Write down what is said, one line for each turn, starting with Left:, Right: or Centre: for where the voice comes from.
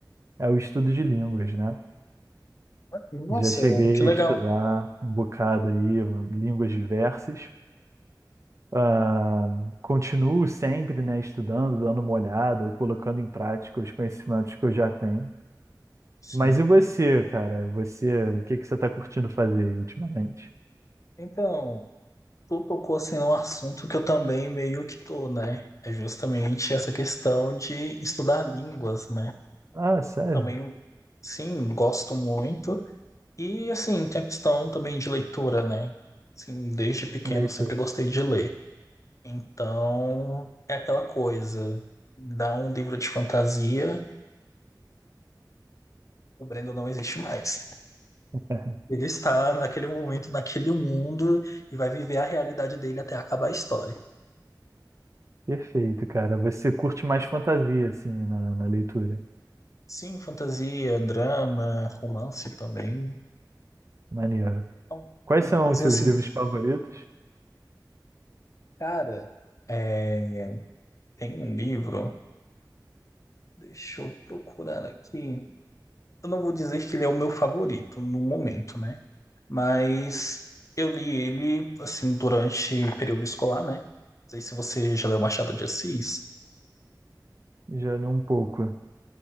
Right: é o estudo de línguas, né?
Left: Nossa,
Right: Já cheguei
Left: que legal.
Right: a estudar um bocado aí, línguas diversas. Ah, continuo sempre, né, estudando, dando uma olhada ou colocando em prática os conhecimentos que eu já tenho.
Left: Sim.
Right: Mas e você, cara? Você, o que que você está curtindo fazer aí ultimamente?
Left: Então, tu tocou assim num assunto que eu também meio que tô, né? É justamente essa questão de estudar línguas, né?
Right: Ah, sério?
Left: Também, sim, gosto muito. E assim, tem a questão também de leitura, né? Assim, desde pequeno
Right: Leitura.
Left: sempre gostei de ler. Então, é aquela coisa, dá um livro de fantasia, o Brendo não existe mais.
Right: <laughs>
Left: Ele está naquele momento, naquele mundo, e vai viver a realidade dele até acabar a história.
Right: Perfeito, cara. Você curte mais fantasia, assim, na, na leitura.
Left: Sim, fantasia, drama, romance também.
Right: Maneiro.
Left: Então,
Right: Quais
Left: é Uma
Right: são
Left: coisa
Right: os seus
Left: assim,
Right: livros favoritos?
Left: cara, é, tem um livro, deixa eu procurar aqui. Eu não vou dizer que ele é o meu favorito no momento, né? Mas eu li ele, assim, durante o período escolar, né? Não sei se você já leu Machado de Assis,
Right: Já li um pouco.